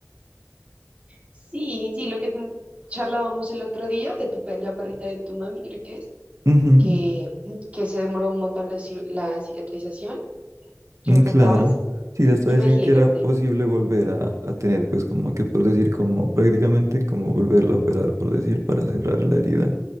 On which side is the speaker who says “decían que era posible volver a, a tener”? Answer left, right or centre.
Right